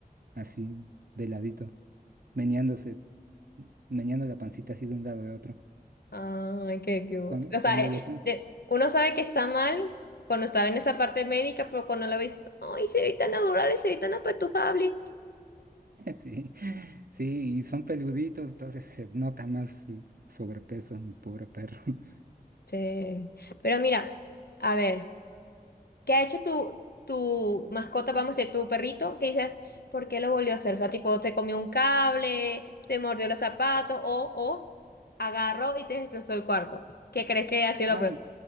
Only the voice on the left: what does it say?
Ay, qué cute.
O sea,
eh,
de-
uno sabe que está mal cuando está en esa parte médica, pero cuando lo ves, ay, se ve tan adorable, se ve tan apetujable.
Sí. Pero mira, a ver, ¿qué ha hecho tu, tu mascota, vamos a decir, tu perrito? ¿Qué dices? ¿Por qué lo volvió a hacer? O sea, tipo, te comió un cable, te mordió los zapatos, o, o agarró y te destrozó el cuarto. ¿Qué crees que ha sido
lo peor?